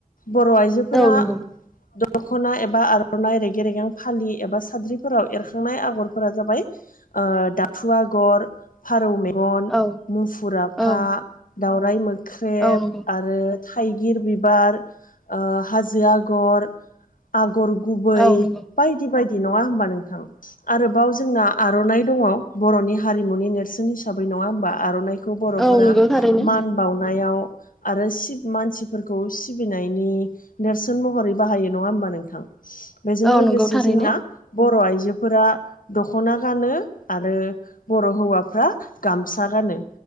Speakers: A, on the left; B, in the centre.
A: बर' आइजोफोरा
B: औ नंगौ
A: दख'ना एबा आर'नाइ रेगे रेगां फालि एबा साद्रिफोराव एरखांनाय आगरफोरा जाबाय ओ दाब थु आगर फारौ मेगन
B: औ
A: मुफुराफा
B: औ
A: दावराय मो ख्रेब
B: औ नंगौ
A: आरो थाइगिर बिबार ओ हाजो आगर आग आगर गुबै
B: औ नंगौ
A: बायदि बायदि नङा होमबा नोंथां आरोबाव जोंना आर'नाइ दङ। बर'नि हारिमुनि नेरसोन हिसाबै नङा होमबा आर'नाइ खौ बर'फोरा
B: औ नंगौ थारैनो
A: मान बानायाव आरो सिफ मानसिफोरखौ सिबिनायनि नेरसोन महरै बाहायो नङा होमबा नोंथां । बेजों
B: औ
A: लोगोसे
B: नंगौ थारैनो
A: जोंना बर' आइजोफोरा दख'ना गानो आरो बर' हौवाफ्रा गामसा गानो